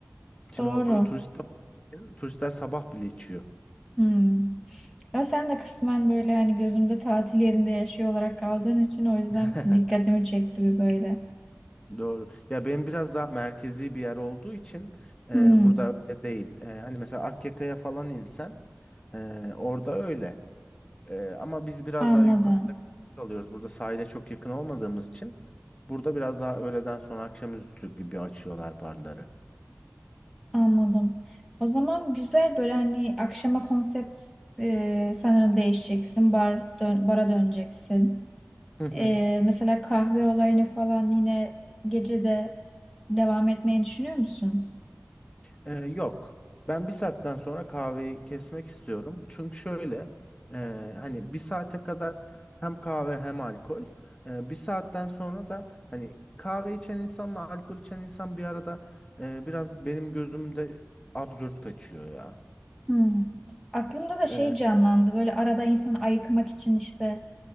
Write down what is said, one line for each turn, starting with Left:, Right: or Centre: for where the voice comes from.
Left: Şimdi
Centre: Doğru.
Left: orada turistler, turistler sabah bile içiyor.
Centre: Hı. Ama sen de kısmen böyle hani gözümde tatil yerinde yaşıyor olarak kaldığın için o yüzden
Left: <laughs>
Centre: dikkatimi çekti bir böyle.
Left: Doğru. Ya benim biraz daha merkezi bir yer olduğu için e,
Centre: Hmm,
Left: burada öyle değil. E, hani mesela Akyaka'ya falan insen e, orada öyle. E, ama biz biraz
Centre: anladım,
Left: daha yukarıda kalıyoruz. Burada sahile çok yakın olmadığımız için burada biraz daha öğleden sonra akşamüstü gibi açıyorlar barları.
Centre: anladım. O zaman güzel böyle hani akşama konsept e, sanırım değişeceksin. Bar, dön- bara döneceksin.
Left: <laughs>
Centre: E, mesela kahve olayını falan yine gecede devam etmeyi düşünüyor musun?
Left: Ee, yok. Ben bir saatten sonra kahveyi kesmek istiyorum. Çünkü şöyle e, hani bir saate kadar hem kahve hem alkol. E, bir saatten sonra da hani kahve içen insanla alkol içen insan bir arada e, biraz benim gözümde absürt kaçıyor ya.
Centre: Hmm. Aklımda da
Left: E,
Centre: şey canlandı böyle arada insan ayıkmak için işte